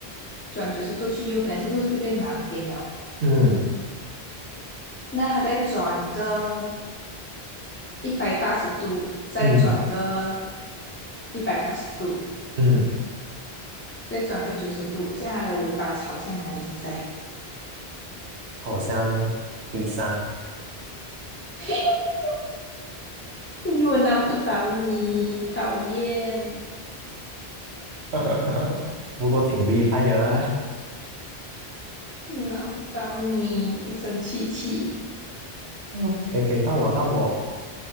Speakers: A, on the left; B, on the right.
A: 转九十度去右边，是不是就变南边了？
B: 嗯
A: 那它再转个一百八十度，再转个
B: 嗯
A: 一百八十度，
B: 嗯，
A: 再转个九十度，这样它的尾巴朝向哪里？现在？
B: 好像低伤，
A: <laughs> 因为我难不倒你，讨厌，
B: <laughs> 不过挺厉害的啦。
A: 嗯，我难不倒你，生气气，
B: 嗯，给给到我到我，